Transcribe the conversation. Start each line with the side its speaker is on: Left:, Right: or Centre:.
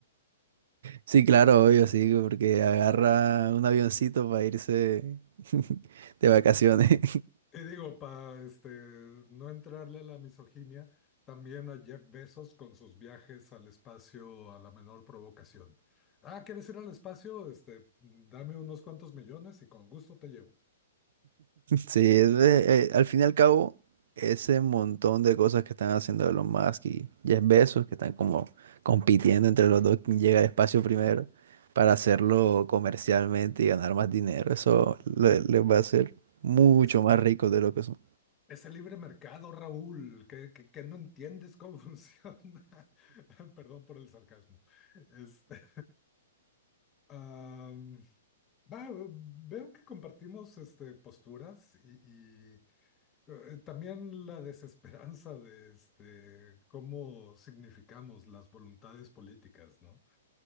Right: sí, claro, obvio, sí, porque agarra un avioncito para irse <laughs> de vacaciones.
Left: Y digo, para este, no entrarle a la misoginia, también a Jeff Bezos con sus viajes al espacio a la menor provocación. Ah, ¿quieres ir al espacio? Este, dame unos cuantos millones y con gusto te llevo.
Right: Sí, es de- eh, al fin y al cabo, ese montón de cosas que están haciendo Elon Musk y Jeff Bezos, que están como compitiendo entre los dos quién llega al espacio primero para hacerlo comercialmente y ganar más dinero, eso le- les va a hacer mucho
Left: Es,
Right: más ricos de lo que son.
Left: es el libre mercado, Raúl, que, que, que no entiendes cómo <laughs> funciona. Perdón por el sarcasmo. Este, Am, va, veo que compartimos este, posturas y, y, eh, también la desesperanza de este, cómo significamos las voluntades políticas, ¿no?